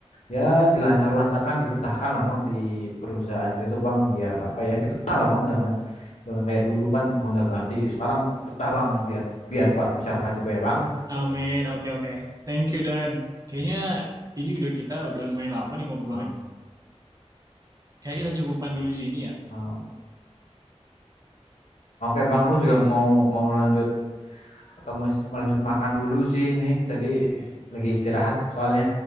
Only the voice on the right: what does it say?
Amin. Oke, oke. Thank you, Dan. Kayaknya ini udah kita udah lumayan lama nih ngobrolnya.
Kayaknya kita cukupkan dulu di sini ya.